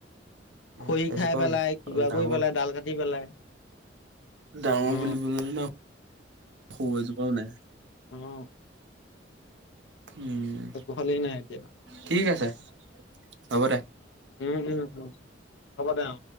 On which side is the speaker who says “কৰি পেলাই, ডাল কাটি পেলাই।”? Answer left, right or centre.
Left